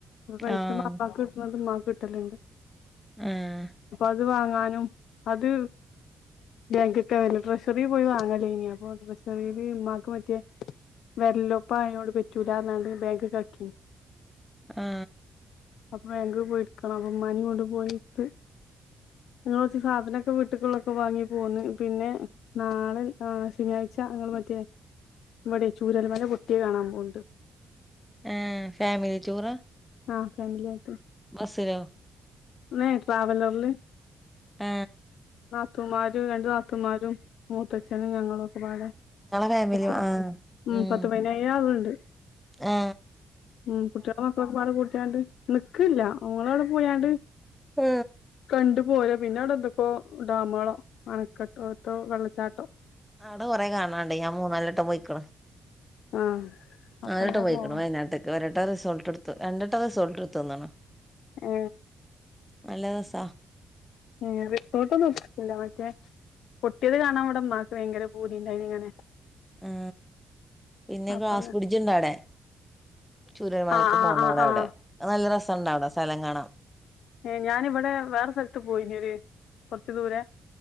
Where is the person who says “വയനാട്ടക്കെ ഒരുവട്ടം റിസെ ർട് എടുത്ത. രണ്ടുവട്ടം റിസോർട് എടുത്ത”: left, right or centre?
Centre